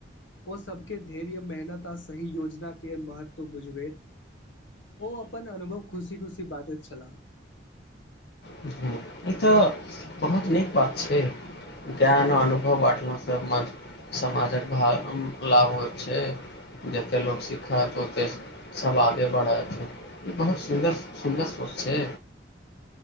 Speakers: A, on the left; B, on the left.
A: ओ सभकेँ धैर्य मेहनत आ सही योजनाकेँ महत्व बुझबैत ओ अपन अनुभव खुशी खुशी बाँटैत छलाह
B: हम्म, ई तऽ बहुत नीक बात छैक ज्ञान आ अनुभव बाँटलासँ समाजक लाभ होइत छैक जतेक लोक सीखत ओतेक सब आगे बढ़त ई बहुत सुन्दर सोच छै